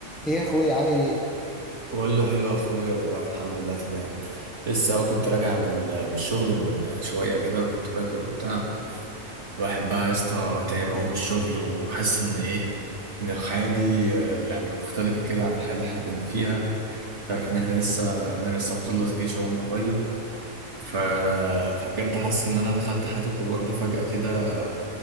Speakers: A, in the centre; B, on the right.
A: ايه يا اخوي عامل ايه
B: بقول له حلو يا اخويا والله الحمد لله تمام لسه أهو كنت راجع من ال- من الشغل من شويه كده كنت باكل وبتاع الواحد بقى يا اسطى تعب قوي من الشغل وحاسس ان ايه ان الحياه دي آه، يعني مختلفه كده عن الحياه اللي احنا كنا فيها تعرف ان احنا لسه ان انا لسه مخلص جيش اهو من قريب ف... فبجد حاسس ان انا دخلت حياه الكبار دي فجاه كده